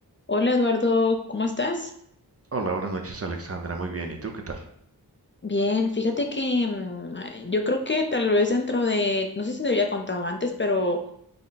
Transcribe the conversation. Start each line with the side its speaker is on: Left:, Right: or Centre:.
Left: Hola Eduardo, ¿cómo estás?
Right: Hola, buenas noches Alexandra, muy bien, ¿y tú qué tal?
Left: Bien, fíjate que mm, ay, yo creo que tal vez dentro de, no sé si te había contado antes, pero